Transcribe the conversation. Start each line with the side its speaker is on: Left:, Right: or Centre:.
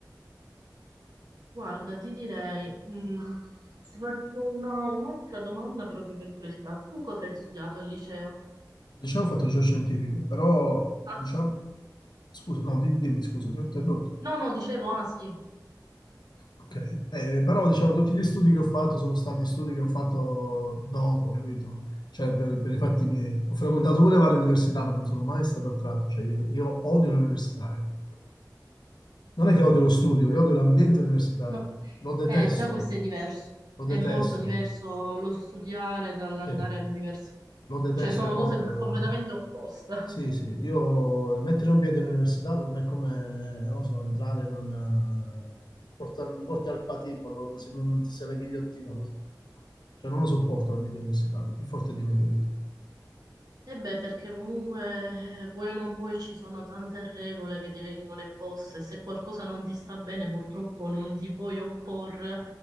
Right: Guarda, ti direi, mh, ti faccio una- un'altra domanda proprio per curiosità. Tu cosa hai studiato al liceo?
Left: Diciamo ho fatto liceo scientifico, però
Right: Ah,
Left: diciamo... Scusa, no, di- dimmi, scusa, ti ho interrotto.
Right: no, no, dicevo, ah sì,
Left: Ok, Eh, però diciamo tutti gli studi che ho fatto sono stati studi che ho fatto dopo, capito? Cioè per, per i fatti miei. Ho frequentato pure varie università, ma non sono mai stato attratto. Cioè, io, io odio l'università, ecco. Non è che odio lo studio, io odio l'ambiente universitario.
Right: no.
Left: Lo detesto,
Right: Eh, già questo è diverso,
Left: lo
Right: è
Left: detesto.
Right: molto diverso lo studiare dall'andare
Left: Sì,
Right: all'università,
Left: lo detesto
Right: cioè sono
Left: proprio.
Right: cose completamente opposte.
Left: Sì, sì, io mettere un piede all'università per me è come, non so, entrare in un... eh, porta- porti al patibolo, proprio se non ti sei la ghigliottina, lo so. Cioè non lo sopporto l'ambiente universitario, è più forte di me, capito?
Right: E beh, perché comunque eh, vuoi o non vuoi ci sono tante regole che ti vengono imposte. Se qualcosa non ti sta bene, purtroppo non ti puoi opporre.